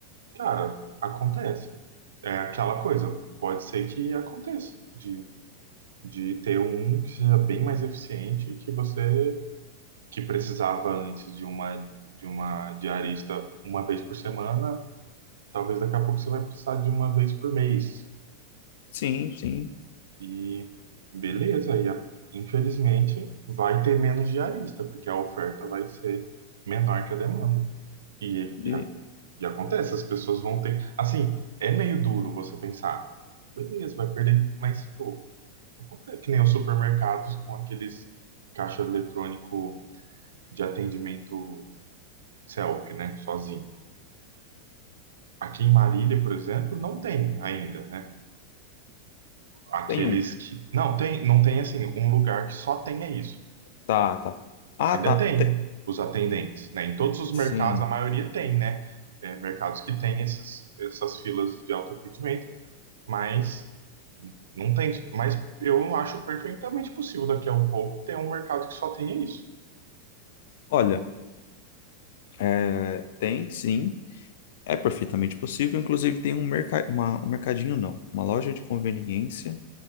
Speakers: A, on the right; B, on the left.
A: Cara, acontece. É aquela coisa. Pode ser que aconteça de, de ter um que seja bem mais eficiente que você que precisava antes de uma de uma diarista uma vez por semana. Talvez daqui a pouco você vai precisar de uma vez por mês.
B: Sim, sim.
A: E beleza, e a- infelizmente vai ter menos diarista, porque a oferta vai ser menor que a demanda. E,
B: E
A: e a- E acontece, as pessoas vão ter. Assim, é meio duro você pensar, beleza, vai perder, mas, pô, acontece. Que nem os supermercados com aqueles caixa eletrônico de atendimento self, né? Sozinho. Aqui em Marília, por exemplo, não tem ainda, né? Aqueles
B: tem um.
A: que. Não, tem, não tem assim, um lugar que só tenha isso.
B: Tá, tá. Ah,
A: Ainda
B: tá.
A: tem
B: Te-
A: os atendentes, né? Em todos os
B: Sim.
A: mercados, a maioria tem, né? É, mercados que tem esses, essas filas de autoatendimento, mas Não tem, mas eu acho perfeitamente possível daqui a um pouco ter um mercado que só tenha isso.
B: Olha, é, tem sim. É perfeitamente possível. Inclusive, tem um, merca... uma- um mercadinho, não. Uma loja de conveniência